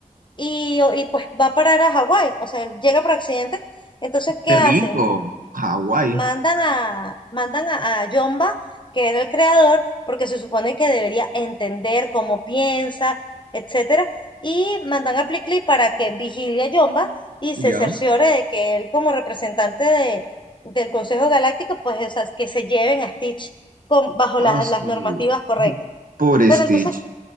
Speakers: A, on the left (about 35°); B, on the right (about 80°).
A: y, o y pues va a parar a Hawái, o sea, él llega por accidente. Entonces, ¿qué
B: Qué
A: hacen?
B: rico. Hawái.
A: Mandan a, mandan a, a Yomba, que era el creador, porque se supone que debería entender cómo piensa, etcétera, y mandan a Plickly para que vigile a Yomba y
B: Ya.
A: se cerciore de que él, como representante de, del Consejo Galáctico, pues o sea, que se lleven a Stitch con, bajo
B: Ah,
A: las
B: su...
A: las normativas correctas.
B: Pobre
A: Pero
B: Stitch.
A: entonces,